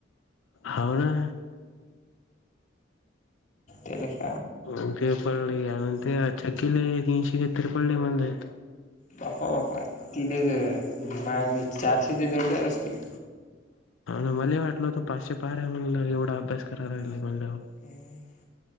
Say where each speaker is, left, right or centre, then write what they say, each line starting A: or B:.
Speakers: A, on the left (about 85°); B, on the left (about 40°).
A: होव ना.
B: ह.
A: म्ह ते पडलेण ते अच्याकिले तीनशे घतरी पडले म्हणज.
B: वापाा वापाा. तिथ मा म चारशेच्या जोडदार असतील.
A: हा ना मला वाटलं होत पाचशे पहार आहे म्हणलं एवढा अभ्यास करायला ला म्हणलं
B: ह